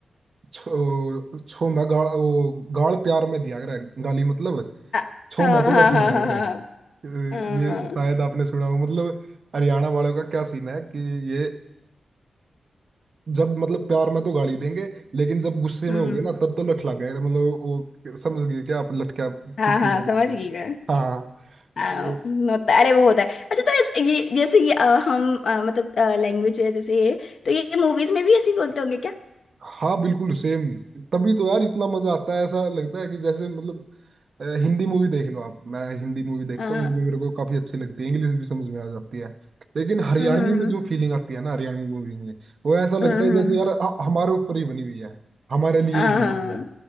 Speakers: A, on the right; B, on the left.
A: छो छो मैं गाल वो गाल प्यार में दिया करे गाली मतलब
B: हाँ
A: छो
B: हाँ
A: मैं तो
B: हाँ
A: लठ
B: हाँ
A: मारा
B: हाँ हाँ
A: करे ये
B: हाँ
A: शायद आपने सुना हो मतलब हरियाणा वालों का क्या सीन है कि ये जब मतलब प्यार में तो गाली देंगे लेकिन जब गुस्से
B: हम्म,
A: में हो गए ना तब तो लठ लग गए मतलब वो समझ गए कि आप लठ क्या किस
B: हाँ हाँ
A: चीज में बोल
B: समझ
A: रहे
B: गई
A: हो।
B: मैं
A: हाँ
B: आ,
A: तो
B: होता अरे वो होता है अच्छा तो इस- ये जैसे ये अ, हम अ, मतलब लैंग्वेज है जैसे ये तो ये मूवीज में भी ऐसे ही बोलते होंगे
A: हाँ बिल्कुल सेम तभी तो यार इतना मजा आता है ऐसा लगता है कि जैसे मतलब अ, हिंदी मूवी देख लो आप मैं हिंदी मूवी देखता
B: क्या
A: हूँ वो भी मेरे को काफी अच्छी लगती है इंग्लिश भी समझ में आ जाती है लेकिन हरियाणवी
B: हाँ हाँ
A: में जो फीलिंग आती है ना हरियाणवी मूवी में वो ऐसा लगता
B: हाँ
A: है जैसे यार ह- हमारे ऊपर ही बनी हुई है हमारे लिए
B: हाँ
A: ही बनी
B: हाँ
A: हुई है